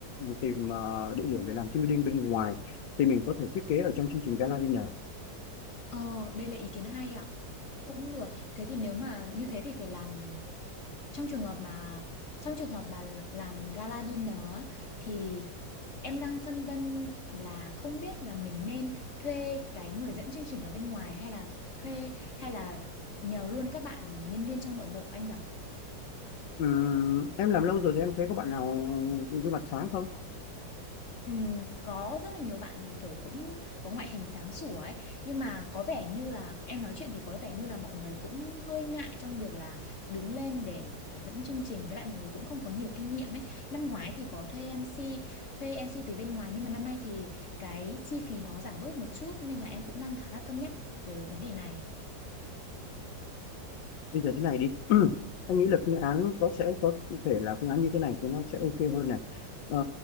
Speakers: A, on the left; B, on the left.
A: tìm ờ, địa điểm để làm team building bên ngoài thì mình có thể thiết kế ở trong chương trình gala dinner
B: Ờ, đây là ý kiến hay ạ. Cũng được. Thế thì nếu mà như thế thì phải làm trong trường hợp mà trong trường hợp mà làm gala dinner á, thì em đang phân vân là không biết là mình nên thuê cái người dẫn chương trình ở bên ngoài hay là thuê hay là nhờ luôn các bạn nhân viên trong nội bộ anh nhỉ?
A: Ừ, em làm lâu rồi thì em thấy có bạn nào gương mặt sáng không?
B: Ừm, có rất là nhiều bạn kiểu cũng có ngoại hình sáng sủa ấy nhưng mà có vẻ như là em nói chuyện thì có vẻ như là mọi người cũng hơi ngại trong việc là đứng lên để ờ, dẫn chương trình với lại mọi người cũng không có nhiều kinh nghiệm ấy năm ngoái thì có thuê em MC thuê em MC từ bên ngoài nhưng mà năm nay thì cái chi phí nó giảm bớt một chút nên là em cũng đang khá là cân nhắc về vấn đề này
A: Bây giờ thế này đi. <clears throat> Anh nghĩ là phương án có sẽ có thể là phương án như thế này thì nó sẽ ok hơn này. Ờ,